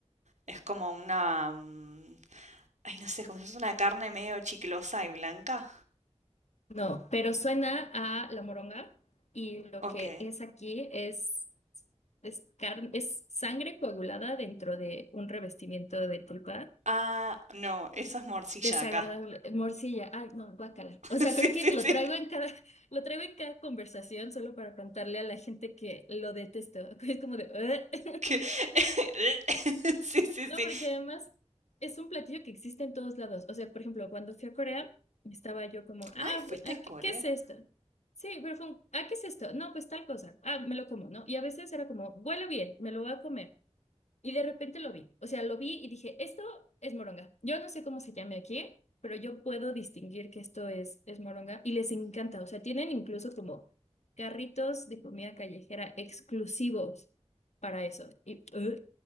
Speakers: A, on the right (about 85°); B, on the left (about 70°).
A: Es como una, mm, ay, no sé, como si es una carne medio chiclosa y blanca.
B: No, pero suena a la moronga y lo
A: Ok.
B: que es aquí es, es, carne, es sangre coagulada dentro de un revestimiento de tripa
A: Ah, no, esa es morcilla
B: Desagradable,
A: acá.
B: morcilla, ay, no, guácala.
A: <laughs>
B: O sea,
A: Sí,
B: creo
A: sí,
B: que lo
A: sí.
B: traigo en cada, <laughs> lo traigo en cada conversación solo para contarle a la gente que lo detesto. <laughs> Es como de, "Ugh". <laughs>
A: que- <laughs> Sí, sí,
B: No,
A: sí.
B: porque además es un platillo que existe en todos lados. O sea, por ejemplo, cuando fui a Corea, estaba yo como, ah,
A: Ay, fuiste
B: bueno, ah,
A: a Corea.
B: ¿qué, qué es esto? Sí, pero fue un, ah, ¿qué es esto? No, pues tal cosa. Ah, me lo como, ¿no? Y a veces era como, huele bien, me lo voy a comer. Y de repente lo vi. O sea, lo vi y dije, esto es moronga. Yo no sé cómo se llame aquí, pero yo puedo distinguir que esto es, es moronga y les encanta. O sea, tienen incluso como carritos de comida callejera exclusivos para eso. Y, uh,